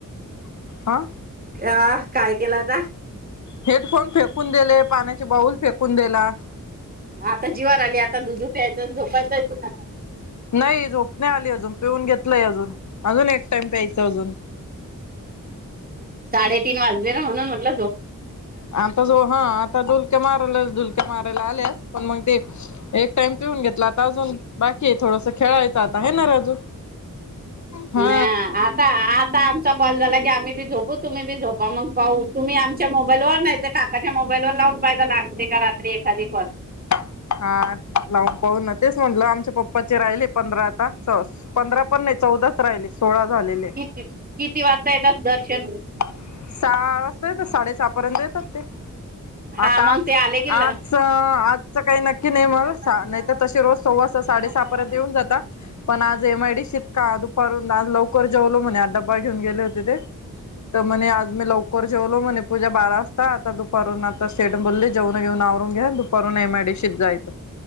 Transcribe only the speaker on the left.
हा
हेडफोन फेकून दिले पाण्याचे बाऊल फेकून दिला
नाही झोप नाही आली अजून पिऊन घेतलंय अजून अजून एक टाइम प्यायच अजून
आता जो हा आता मारा डुलक्या मारायला आल्यास पण मग ते एक टाइम पिऊन घेतला आता अजून बाकी थोडसं खेळायचं आता आहे ना राजू हा
हा लावून पाहू ना तेच म्हटलं आमच्या पप्पाचे राहिले पंधरा आता पंधरा पण नाही चौदा आता राहिले सोळा झालेले
सहा वाजता येतात साडे सहा पर्यंत येतात ते
आता
आज
आज
आजच काय नक्की की नाही म
नाही
तर तशी
रोज सव्वा
सहा
साडे
सहा
पर्यंत येऊन जातात पण आज एमआयडीशीत का दुपारून आज लवकर जेवलो म्हणे डबा घेऊन गेले होते ते तर म्हणे आज मी लवकर जेवलो म्हणे पूजा बारा वाजता आता दुपारून आता सेट बोलले जेवन घेऊन आवरून घ्या दुपारून एमायडीशीत जायं